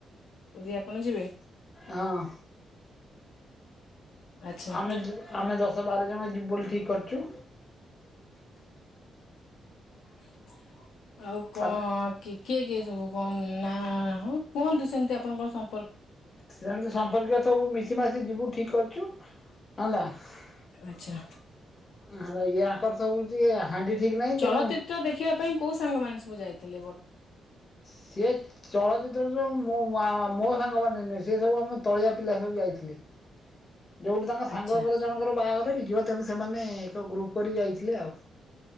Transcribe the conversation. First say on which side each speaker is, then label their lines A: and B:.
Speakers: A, on the left; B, on the left.
A: ପୁରୀ ଆପଣ ଯିବେ
B: ହଁ
A: ଆଚ୍ଛା।
B: ଆମେ ଯିବୁ ଆମେ ଦଶ ବାର ଜଣ ଯିବୁ ବୋଲି ଠିକ୍ କରୁଛୁ।
A: <inaudible> ଆଉ କଣ
B: ଆମେ
A: କି? କିଏ କିଏ ସବୁ କଣ ନା ହଁ କୁହନ୍ତୁ ସେମତି ଆପଣ କଣ ସମ୍
B: ସେମିତି ସମ୍ପର୍କୀୟ ସବୁ ମିଶି ମାସି ଯିବୁ ଠିକ କରୁଛୁ ହେଲା ହେଲା
A: ଆଚ୍ଛା।
B: ୟାଙ୍କର ସବୁ ଇଏୟା। ହାଣ୍ଡି ଠିକ ନାହିଁ
A: ଚଳଚ୍ଚିତ୍ର
B: ତେଣୁ
A: ଦେଖିବା ପାଇଁ କୋଉ ସାଙ୍ଗମାନେ ସବୁ ଯାଇଥିଲେ ବର୍ତ
B: ସିଏ ଚଳଚ୍ଚିତ୍ରରେ ଯୋଉ ମୋ ମା-ଆ ସାଙ୍ଗମାନେ ନୁହେଁ। ସେ ସବୁ ଆମ ତଳିଆ ପିଲା ସବୁ ଯାଇଥିଲେ। ଲେ ଯୋଉଠି ତାଙ୍କ ସାଙ୍ଗ
A: ଆଚ୍ଛା
B: ଘର ଜଣଙ୍କର ବାହାଘର କେମିତି ଯିବ ତମେ ସେମାନେ ଏକ ଗ୍ରୁପ କରିିକି ଯାଇଥିଲେ ଆଉ